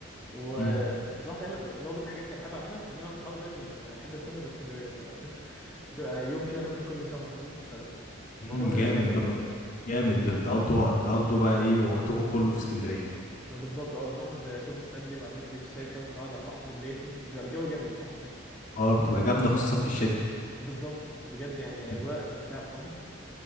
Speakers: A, in the centre; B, on the left.
A: وبصراحة
B: ده
A: دايما برضه من الحاجات اللي بحب أعملها إن أنا وأصحابي دايما بنحب نسافر لإسكندرية فبتبقى <laughs> يوم كده مثلا كل شهر فاهمني فالموضوع
B: امم
A: بيبقى
B: جامد
A: جامد
B: ده
A: بصراحة
B: ب- جامد بتقضوا تقضوا بقى ايه وقتكم كله في اسكندريه
A: بالظبط اه بنروح عند كوبري ستانلي وبعدين نجيب الشاي فاهم ونقعد على البحر بالليل <laughs> بيبقى الجو جامد بصراحة هناك
B: اه بتبقى جامده خصوصا في الشتاء
A: بالظبط بجد يعني
B: مم.
A: اجواء ممتعه بصراحه <laughs>